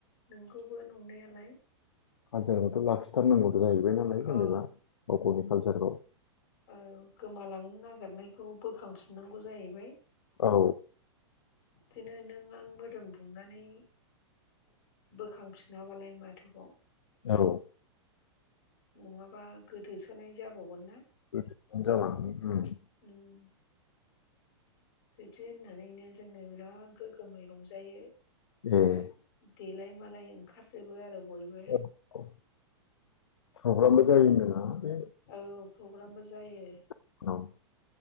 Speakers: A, on the left; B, on the left.
A: नोंगौबो नंनायालाय
B: खालसारखौथ' लाखिथारनांगौथ' जाहैबाय नालाय जेनेबा
A: औ
B: गाव गावनि कालसारखौ
A: औ गोमालांनो नागिरनायखौ बोखांफिननांगौ जाहैबाय
B: औ
A: दिनो नों आं मोदोम दुंनानै बोखांफिनाबालाय माथोबाव
B: औ
A: नङाबा गोदोसोनाय जाबावगोन ना
B: बिदिनो जालाङो उम
A: उम बिदि होननानैनो जोङो बिराद गोगोमै रंजायो
B: उम
A: देलाय मालाय ओंखारजोबो आरो बयबो
B: औ अ फ्रग्रामबो जायो होनदों ना बे
A: औ फग्रामबो जायो
B: औ